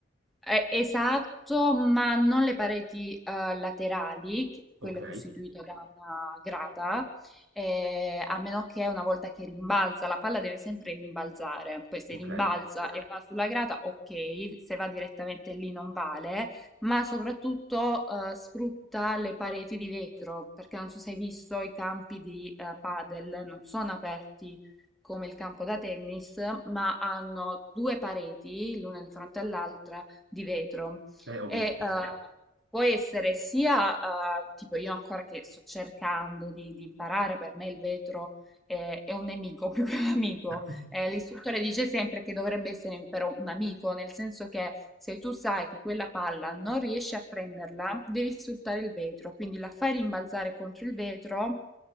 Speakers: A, in the centre; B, on the right.
A: Eh, esatto, ma non le pareti eh, laterali, che- quelle
B: Ok,
A: costituite da una grata, eh, a meno che una volta che rimbalza, la palla deve sempre rimbalzare, poi se
B: ok.
A: rimbalza e va sulla grata, ok, se va direttamente lì non vale, ma soprattutto eh, sfrutta le pareti di vetro, perché non so se hai visto i campi di eh, padel, non sono aperti come il campo da tennis, ma hanno due pareti, l'una di fronte all'altra di vetro
B: Beh, ho
A: e
B: visto,
A: eh,
B: sì.
A: può essere sia, eh, tipo io ancora che sto cercando di, di imparare, per me il vetro è, è un nemico <laughs> più che un amico.
B: Ah,
A: Eh, l'istruttore dice sempre che dovrebbe essere però un amico, nel senso che se tu sai che quella palla non riesci a prenderla, devi sfruttare il vetro, quindi la fai rimbalzare contro il vetro.